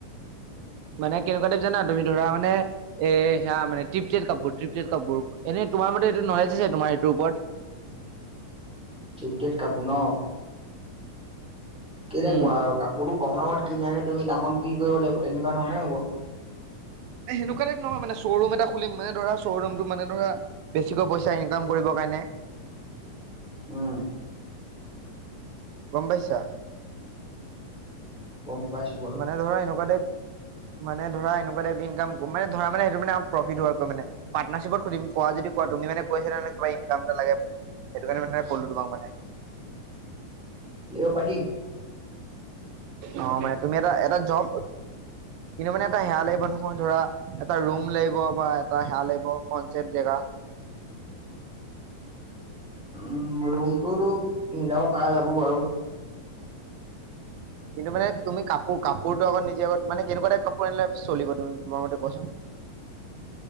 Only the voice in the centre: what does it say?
ক্ৰিকেট কাপোৰ ন। কেনেকুৱা
আৰু কাপোৰটো কম দামত কিনি আনি তুমি দামত বি কৰিব লাগিব তেনেকোৱা ধৰণে মনে হ'ব।
উম।
গম পাইছো বাৰু
দিব পাৰি।
উম, ৰুমটোতো মিলাব পৰা যাব বাৰু।